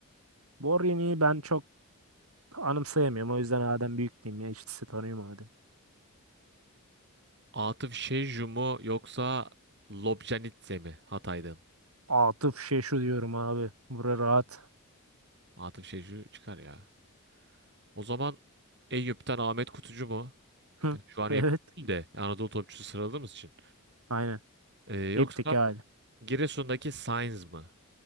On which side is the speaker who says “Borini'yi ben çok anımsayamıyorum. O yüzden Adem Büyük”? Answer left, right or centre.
Right